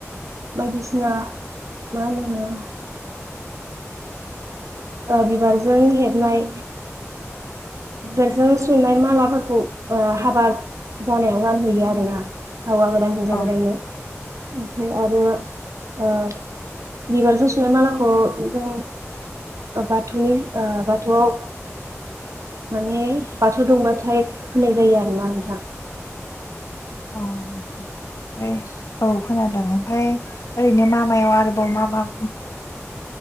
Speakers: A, on the right; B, on the left.
A: बायदिसिना मा होनो बिबारजों हेबनाय बेदेरजों सुनाय मालाफोरखौ ओ हाबा जानायाव गानबोयो आरोना हौवा गोदान हिनजाव
B: अ
A: गोदाननो ओमफाय आरो ओ बिबारजों सुनाय मालाखौ जों ओ बाथौनि ओ बाथौआव माने बाथौ दंबाथाय होननाय जायो आरोना नोंथां
B: अ नोंथां ओंफाय औ खोनादों ओमफाय ओरैनो मामायाव आरोबाव मा मा